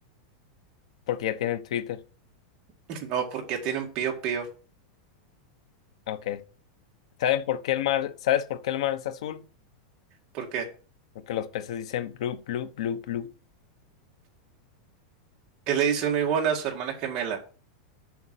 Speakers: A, on the left; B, on the right.
A: Porque ya tienen Twitter.
B: <laughs> No, porque ya tienen pío pío.
A: Ok. ¿Saben por qué el mar, sabes por qué el mar es azul?
B: ¿Por qué?
A: Porque los peces dicen blue, blue, blue, blue.
B: ¿Qué le dice una iguana a su hermana gemela?